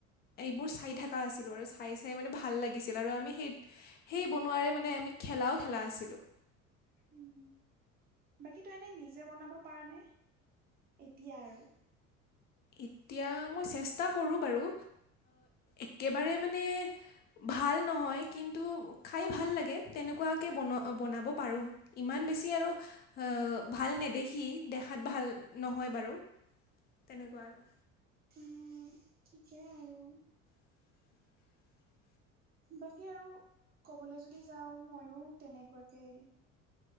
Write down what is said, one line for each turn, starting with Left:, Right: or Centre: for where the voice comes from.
Left: এইবোৰ চাই থকা আছিলোঁ আৰু চাই চাই মানে ভাল লাগিছিল আৰু আমি সেই। সেই বনোৱাৰে মানে আমি খেলাও খেলা আছিলোঁ।
Right: উম, বাকী তো এনে নিজে বনাব পাৰ নে এতিয়া আৰু।
Left: এতিয়া মই চেষ্টা কৰোঁ বাৰু একেবাৰে মানে। ভাল নহয় কিন্তু খাই ভাল লাগে তেনেকুৱাকে বন বনাব পাৰোঁ ইমান। বেছি আৰু ভাল নেদেখি দেখাত ভাল নহয় বাৰু। তেনেকুৱা আৰু।
Right: উম, ঠিকে আৰু।
Left: <unintelligible>
Right: বাকী আৰু কবলৈ যদি যাও মইও তেনেকুৱাকে